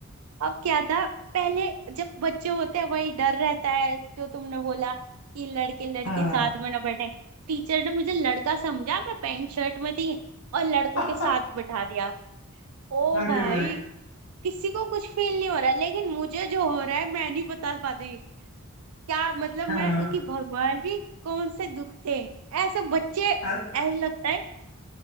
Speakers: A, on the right (about 85°); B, on the left (about 70°).
A: अब क्या था पहले जब बच्चे होते हैं वही डर रहता है जो तुमने बोला कि लड़के लड़के
B: हाँ
A: साथ में ना बैठे टीचर ने मुझे लड़का समझा मैं पैंट शर्ट में थी और लड़कों
B: <laughs>
A: के साथ बैठा दिया ओ
B: अरे
A: भाई
B: भाई
A: किसी को कुछ फील नहीं हो रहा लेकिन मुझे जो हो रहा है मैं नहीं बता पाती क्या मतलब मैं
B: हाँ
A: कि भगवान जी कौन से दुख थे ऐसे बच्चे ऐसा
B: अरे
A: लगता है